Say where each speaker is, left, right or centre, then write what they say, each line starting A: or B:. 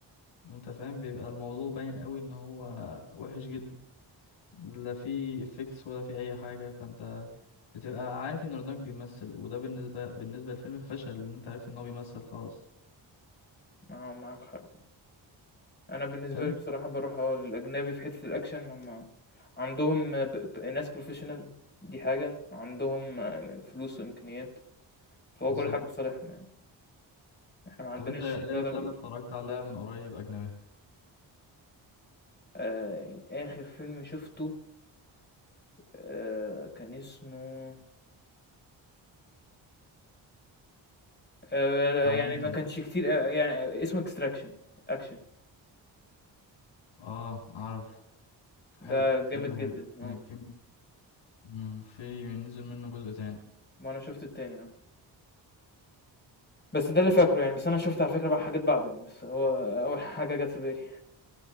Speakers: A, on the left; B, on the left.
A: انت فاهم بيبقى الموضوع باين قوي ان هو وحش جدا لا في افكتس ولا في اي حاجة فانت بتبقى عارف ان رودانك بيمثل وده بالنسبة بالنسبة للفيلم فشل ان انت عارف ان هو بيمثل خلاص
B: مع... معاك حق انا بالنسبه
A: طب انت
B: لي بصراحه بروح اه للاجنبي في حته الاكشن هم عندهم ب... ب... ناس بروفيشنال دي حاجه عندهم آه، فلوس وامكانيات فهو
A: بالظبط
B: كل حاجه في صالحهم يعني احنا ما عندناش
A: طب انت ايه
B: لا
A: افلام
B: ده ولا ده
A: اتفرجت عليها من قريب اجنبية
B: آه... اخر فيلم شفته آه... كان اسمه آآ لا
A: بتاع مين
B: يعني ما
A: طيب
B: كانش كتير أ يعني اسمه Extraction أكشن،
A: اه عارف حلو
B: ده
A: فيلم
B: جامد
A: حلو
B: جدًا آه،
A: في مم، في نزل منه جزء تاني
B: ما أنا شُفت التاني آه، بس ده اللي فاكره يعني، بس أنا شُفت على فكرة بقى حاجات بعده يعني، بس هو أول حاجة جات في بالي،